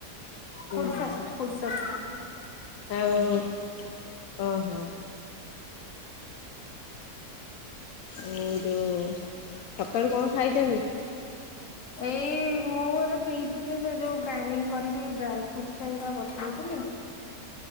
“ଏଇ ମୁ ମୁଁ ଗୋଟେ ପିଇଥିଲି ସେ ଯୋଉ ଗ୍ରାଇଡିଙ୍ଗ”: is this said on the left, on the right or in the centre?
Left